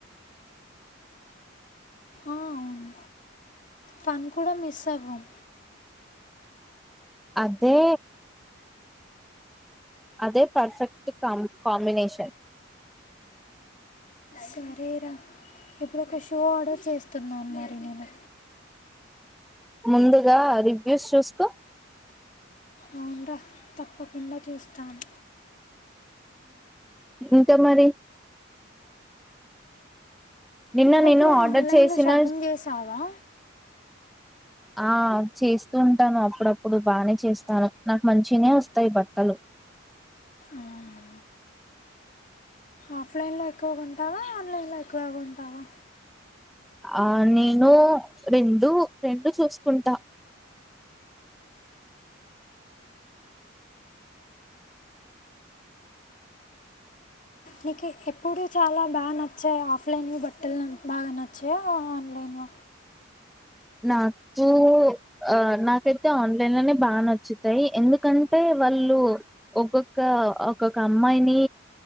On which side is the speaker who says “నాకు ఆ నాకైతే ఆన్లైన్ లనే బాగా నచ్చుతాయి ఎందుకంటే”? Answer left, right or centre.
Centre